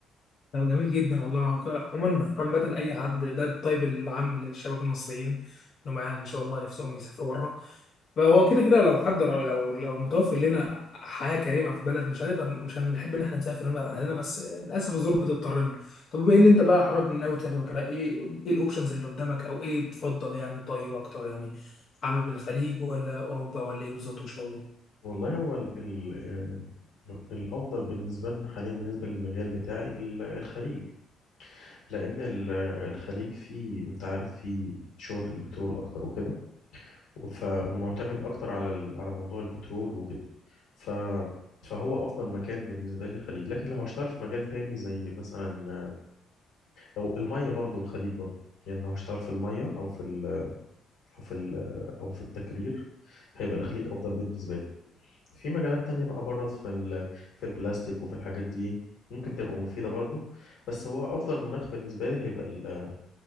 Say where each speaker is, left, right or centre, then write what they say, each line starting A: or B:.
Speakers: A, on the left (about 40°); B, on the left (about 80°).
A: طب جميل جدا والله عموما عامة أي حد ده الطيب العام للشباب المصريين إنهم يعني إن شاء الله نفسهم يسافروا بره فهو كده كده لو حد لو لو متوفر لنا حياة كريمة في بلد مش هنقدر مش هنحب إن إحنا نسافر ونبعد عن أهلنا بس للأسف الظروف بتضطرنا طب بما إن أنت بقى حضرتك من ناوي تسافر وكده إيه إيه الأوبشنز اللي قدامك أو إيه تفضل يعني طيب أكتر يعني حابب الخليج ولا أوروبا ولا إيه بالظبط إن شاء الله
B: والله هو ال ال آه، الأفضل بالنسبة لنا حاليا بالنسبة للمجال بتاعي ال- الخليج لأن ال- الخليج فيه أنت عارف فيه شغل البترول أكتر وكده وف- ومعتمد أكتر على ال- على موضوع البترول وكده ف فهو أفضل مكان بالنسبة لي الخليج لكن لو هشتغل في مجال تاني زي مثلا لو المية برضو الخليج برضو يعني لو هشتغل في المية أو في ال أو في ال أو في التكرير هيبقى الخليج أفضل بالنسبة لي في مجالات تانية بقى بره في ال في البلاستيك وفي الحاجات دي ممكن تبقى مفيدة برضو بس هو أفضل مناخ بالنسبة لي هيبقى ال